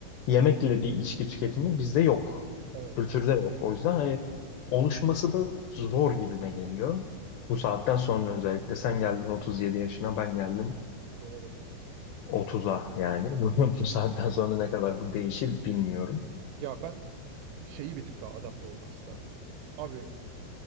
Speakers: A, on the left (about 75°); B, on the right (about 85°).
A: Yemekle bir içki tüketimi bizde yok.
B: Evet.
A: Kültürde yok. O yüzden hani oluşması da zor gibime geliyor. Bu saatten sonra özellikle sen geldin 37 yaşına, ben geldim
B: Doğru.
A: 30'a yani. <laughs> Bu, bu saatten sonra ne kadar bu değişir bilmiyorum.
B: Ya ben şeyi bir tık daha adapte olmak isterdim. Abi